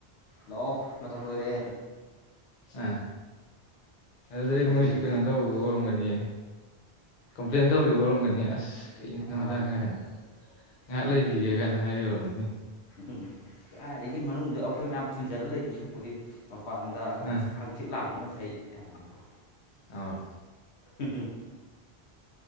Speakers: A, on the left (about 80°); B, on the left (about 50°).
A: ꯂꯥꯛꯑꯣ ꯃꯇꯝ ꯂꯣꯏꯔꯦ
B: ꯑ ꯑꯗꯨꯗꯩ
A: ꯑꯗꯨꯅꯤꯗ
B: ꯃꯣꯏꯁꯨ ꯀꯩꯅꯣ ꯇꯧꯕ ꯑꯣꯏꯔꯝꯒꯅꯤꯌꯦ ꯀꯝꯄ꯭ꯂꯦꯟ
A: ꯀꯔꯤ
B: ꯇꯧꯔꯤ ꯑꯣꯏꯔꯝꯒꯅꯤ ꯑꯁ ꯀꯩ ꯀꯩꯅꯣꯗ
A: ꯑꯥ
B: ꯀꯥꯏꯅ ꯉꯥꯏꯍꯥꯛ ꯂꯩꯈꯤꯒꯦ ꯀꯥꯏꯅ ꯍꯥꯏꯔꯝꯒꯅꯤ
A: ꯑꯝ ꯀꯥꯏꯗꯒꯤ ꯃꯅꯨꯡꯗ ꯑꯩꯈꯣꯏ ꯃꯌꯥꯝ ꯐꯨꯟꯖꯜꯂꯒ ꯂꯩꯗꯨꯢ ꯁꯔꯨꯛꯄꯨꯗꯤ ꯃꯄꯥꯟꯗ
B: ꯑꯥ
A: ꯍꯥꯛꯆꯤꯡ ꯂꯥꯡꯕꯅ ꯐꯩ ꯀꯥꯢꯅꯀꯣ
B: ꯑꯥꯎ
A: ꯍꯨꯝ ꯍꯨꯝ